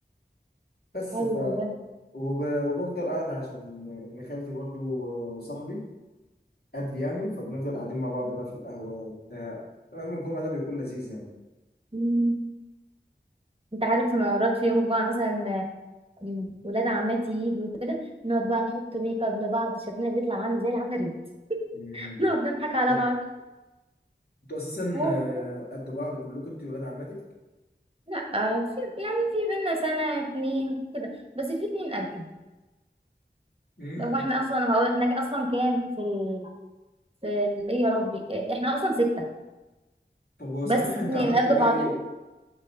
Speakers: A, on the left; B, on the right.
A: بس
B: حلو
A: ف
B: ده
A: وب... وبفضل قاعد عشان ابن خالتي برضو صاحبي قد يعني فبنفضل قاعدين مع بعض بقى في القهوة وبتاع يوم الجمعة ده بيكون لذيذ يعني
B: مم. انت عارف مرات في يوم الجمعة مثلا آه، ولاد عماتي يجوا كده نقعد بقى نحط ميك اب لبعض شكلنا بيطلع عامل زي العفاريت
A: مم.
B: <laughs> نقعد نضحك على
A: ضحك
B: بعض
A: انتوا أساسا
B: هو
A: آه،
B: كده.
A: قد بعض كلكم انتوا ولاد عماتك
B: لا آه، في يعني في بينا سنة اتنين كده بس في اتنين قدي
A: امم
B: هو احنا
A: انت
B: اصلا هو احنا اصلا كام في ال... في ال... ايه يا ربي آه، احنا اصلا ستة
A: طب هو
B: بس
A: صحيح
B: اتنين
A: انت عملتوا
B: قد
A: ايه
B: بعض